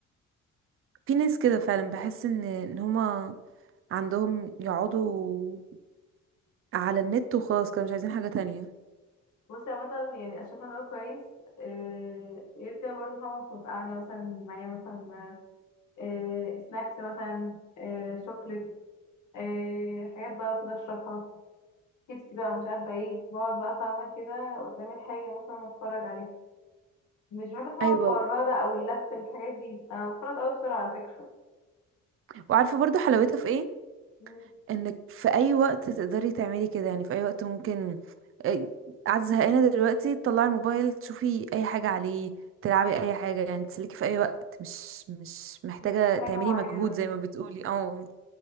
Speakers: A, on the right; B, on the left.
A: في ناس كده فعلا بحس ان ان هما عندهم يقعدوا على النت وخلاص كانوا مش عايزين حاجه تانية
B: بصي عامة مثلا يعني اشوف ان انا كويس آه، غير كده برضه فاهمة كنت قاعدة مثلا معايا مثلا آه، سناكس مثلا آه، شوكليت آه، حاجات بقى كده اشربها شيبسي بقى مش عارفه ايه بقعد بقى فاهمه كده قدامي الحاجه مثلا اتفرج عليها مش بحب اسمع
A: ايوه
B: الفرهده
A: و-
B: او اللف الحاجات دي انا بفرط قوي بسرعه على فكره
A: وعارفه برضو حلاوتها في ايه
B: مم.
A: انك في اي وقت تقدري تعملي كده يعني في اي وقت ممكن إيه، قاعده زهقانه دلوقتي تطلعي الموبايل تشوفي اي حاجه عليه تلعبي اي حاجه يعني تسليكي في اي وقت مش مش محتاجه
B: مش حاجه
A: تعملي
B: معينه
A: مجهود زي ما بتقولي اه